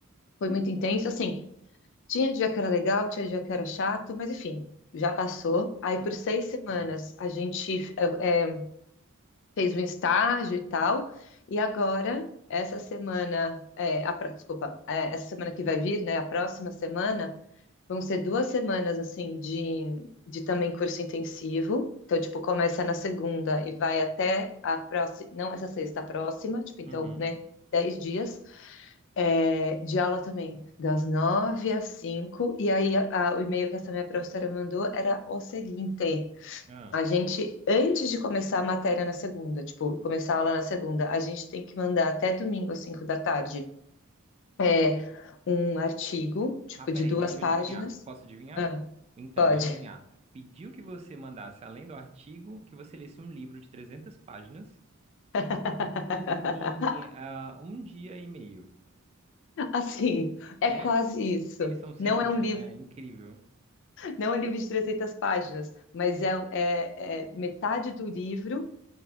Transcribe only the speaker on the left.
Foi muito intenso. Assim, tinha dia que era legal, tinha dia que era chato, mas enfim, já passou. Aí
por seis semanas
a gente eh, eh, fez um estágio e tal. E agora, essa semana, eh, a, pró- desculpa, eh, essa semana que vai vir, né? A próxima semana, vão ser duas semanas assim de, de também curso intensivo. Então, tipo, começa na segunda e vai até a próxima, não essa sexta, a próxima, tipo, então,
né? Dez dias. É, de aula também, das nove às cinco. E aí, a- a- o e-mail que essa minha professora mandou era o seguinte:
a gente, antes de começar a matéria na segunda, tipo, começar a aula na segunda, a gente tem que mandar até domingo às cinco da tarde é um artigo, tipo,
de duas
páginas.
Ah,
pode.
<laughs>
Assim, é
quase isso.
Não é
um livro.
Não é um livro de 300 páginas, mas é, é, é metade do livro